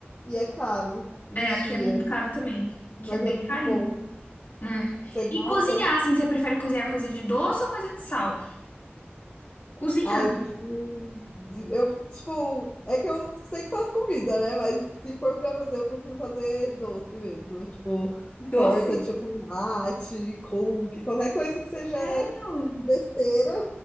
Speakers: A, on the left; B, on the left.
A: e é caro, lixia.
B: É, aqui é muito caro também.
A: Mas
B: Que é bem
A: é muito
B: carinho.
A: bom.
B: né?
A: Você gosta?
B: E cozinhar, assim, você prefere cozinhar coisa de doce ou coisa de sal? Cozinhar.
A: Ah, eu prefiro. de- Eu, tipo, é que eu sempre faço comida, né? Mas se for pra fazer, eu prefiro fazer doce mesmo. Tipo,
B: Doce?
A: torta de chocolate, cookie, qualquer coisa que seja
B: Sério?
A: de besteira.